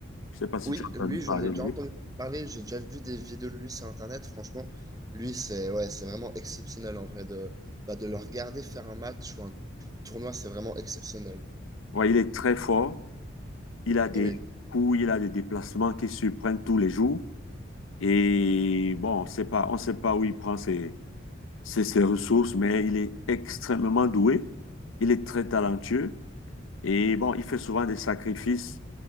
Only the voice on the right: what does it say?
Oui,
lui,
j'en ai
déjà
entendu parler. J'ai déjà vu des vidéos de lui sur Internet. Franchement, lui, c'est ouais, c'est vraiment exceptionnel en vrai de, bah, de le regarder faire un match ou un tournoi, c'est vraiment exceptionnel.
Oui,